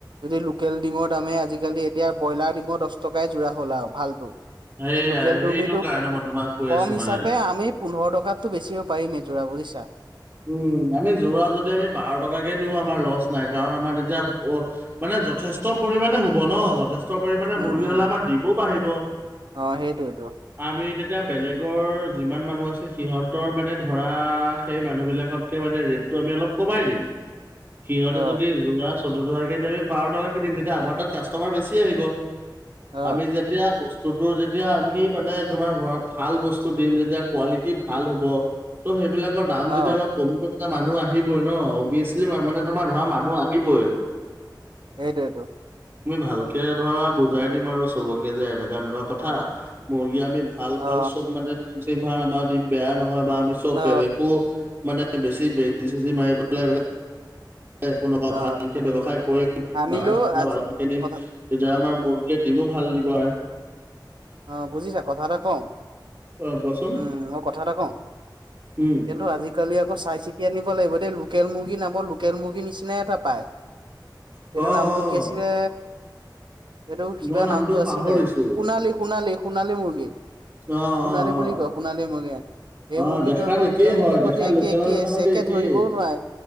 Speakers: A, on the right; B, on the right.
A: যদি লোকেল ডিমৰ দামে, আজিকালি এতিয়া ব্ৰইলাৰ ডিমৰ দচ টকাই যোৰা হ'ল আও ভালতো।
B: সেইয়াই
A: এই লোকেল
B: সেইটো
A: ডিমটো
B: কাৰণে মই তোমাক কৈ
A: কম
B: আছো মানে।
A: হিচাপে আমি পোন্ধৰ টকাত টো বেচিব পাৰিমে যোৰা, বুজিছা?
B: উম আমি যোৰা যদি আমি বাৰ টকাকে দিওঁ আমাৰ লচ নাই, কাৰণ আমাৰ তেতিয়া অ মানে যথেষ্ট পৰিমণে হ'ব ন যথেষ্ ষ্ট পৰিমণে
A: উম
B: মুৰ্গী
A: উম
B: হ'লে আমাৰ ডিমো বাঢ়িব।
A: অ সেইটোয়েতো
B: আমি তেতিয়া বেলেগৰ যিমান মানুহ আছে সিহঁতৰ মানে ধৰা সেই মানু মানুহবিলাকতকে মানে ৰেটটো আমি অলপ কমাই দিম। সিহঁতে
A: অ
B: যদি যোৰাত চৈধ্য টকাকে দিয়ে আমি বাৰ টকা কে দিম। তেতিয়া আমাৰ তাত কাষ্টমাৰ বেছি আহিব।
A: অ
B: আমি যেতিয়া বস্ স্তুটোৰ যেতিয়া আমি মানে, তোমাৰ ধৰক ভাল বস্তু দিম তেতিয়া কোৱালিটি ভাল হ'ব। তো সেইবিলাক দাম
A: অ
B: যেতিয়া অলপ কমিব, তেতিয়া মানুহ আহিবই ন অভিয়েছলি মানে তোমাৰ ধৰা মানুহ আহ হিবই।
A: সেইটোৱেইটো।
B: ভালকে ধৰা বুজাই দিম আৰু চবকে যে, এনেকুৱা এনেকুৱা কথা। মুৰ্গী আমি ভাল
A: অ
B: ভাল চব <unintelligible> আমাৰ দ্ৰিম বেয়া নহয় বা আমি চব
A: অ
B: বেয়া বেয়া একো মানে বেছি বেজি চেজি মাৰি পেলাই এইবিলাক একো নোখোৱা
A: অ
B: ভালকে ব্যৱসায় কৰিম,
A: আনিলেও
B: দানা-চানা
A: আজি
B: ভালকে দিম।
A: কথা
B: তেতিয়া আমাৰ <unintelligible> দিমো ভাল দিব আৰ।
A: অ বুজিছা কথা এটা কওঁ
B: অ কোৱাচোন
A: উম মই কথা এটা কওঁ।
B: উম,
A: কিন্তু আজি আজিকালি আকৌ চাই চিতি আনিব লাগিব দেই। লোকেল মুৰ্গী নামৰ লোকেল মুৰ্গীৰ নিচিনাই এটা পায়।
B: অ',
A: এইটো
B: অ',
A: নামটো কি আছিলে এইটো কিবা
B: মই
A: নামটো আছিলে
B: পাহৰিছো।
A: সোণালী, সোণালী, সোণালী মুৰ্গী।
B: অ', অ',
A: সোণালী
B: অ',
A: বুলি কয় সোণালী মূৰ্গী। এই
B: অ',
A: মুৰ্গীটো
B: দেখাত
A: আকৌ
B: একেই
A: লোকেল মুৰ্গীৰ
B: হয়, দেখাত
A: সৈতে একে
B: লোকেলৰ
A: একেই
B: নিচিনা
A: আছে,
B: সৈতে
A: একে
B: একেই।
A: ধৰিবও নোৱাৰে।